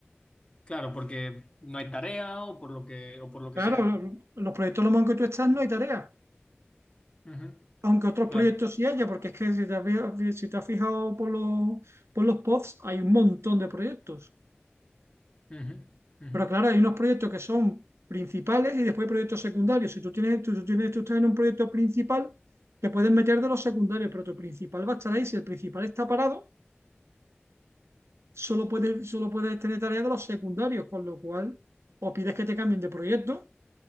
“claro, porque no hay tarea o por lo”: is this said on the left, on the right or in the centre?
Left